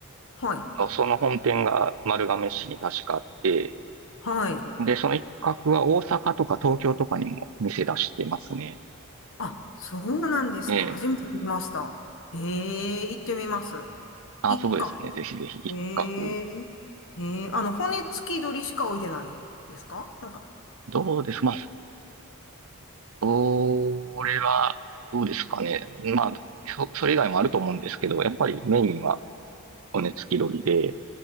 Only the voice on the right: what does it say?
のその本店が丸亀市に確かあって、
で、その一角は大阪とか東京とかにも店出してますね。
ええ。
あ、
そうですね。ぜひぜひ一角。
どうですまあ、それは、どうですかね。まあ、そ、それ以外もあると思うんですけど、やっぱりメインは骨付き鳥で、